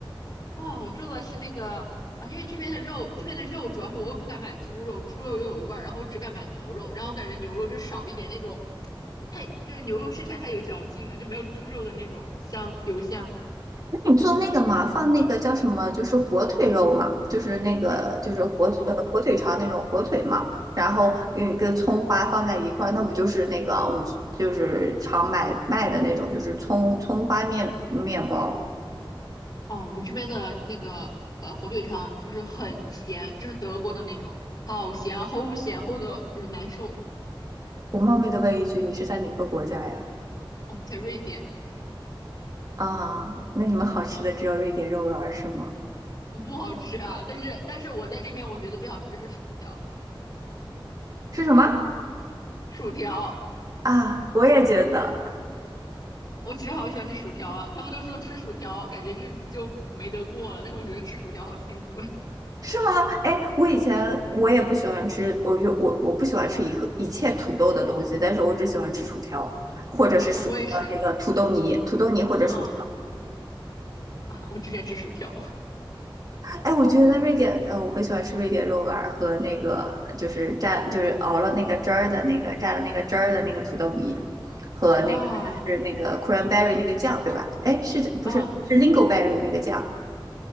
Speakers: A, on the left; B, on the right.
A: 啊、我做的是那个啊，因为这边的肉，这边的肉主要是我又不敢买猪肉，猪肉又有味儿，然后我只敢买牛肉，然后我感觉牛肉就少一点那种，太就是牛肉吃起来太有嚼劲了，就没有猪肉的那种香油香。
B: 你做那个嘛，放那个叫什么，就是火腿肉嘛，就是那个就是火呃火腿肠那种火腿嘛，
A: 哦
B: 然后给你跟葱花放在一块儿，那不就是那个我们就是常买卖的那种，就是葱葱花面面包。
A: 哦，我们这边的那个呃火腿肠就是很咸，就是德国的那种，好咸啊，齁咸，齁的人难受。
B: 我冒昧的问一句，你是在哪个国家呀？
A: 哦，在瑞典
B: 啊，那你们好吃的只有瑞典肉丸儿是吗？
A: <laughs> 嗯不好吃啊，但是但是我在这边我觉得最好吃的是薯条，
B: 是什么？
A: 薯条。
B: 啊，我也觉得。
A: 我其实好喜欢吃薯条啊，他们都说吃薯条感觉日子就没得过了，但是我觉得吃薯条好幸福呀
B: 是吗？哎，我以前我也不喜欢吃，我就我我不喜欢吃一个一切土豆的东西，但是我只喜欢吃薯条，或者是薯呃那个土豆泥，
A: 啊 <laughs>！我也是，
B: 土豆泥或者薯条。
A: 嗯啊，<laughs> 我喜欢吃薯条
B: 哎，我觉得瑞典，呃，我很喜欢吃瑞典肉丸儿和那个就是蘸就是熬了那个汁儿的那个蘸了那个汁儿的那个土豆泥，和那个就是那个
A: 啊
B: cranberry 那个酱，对吧？哎，是不是是
A: 啊，
B: lingonberry 那个酱？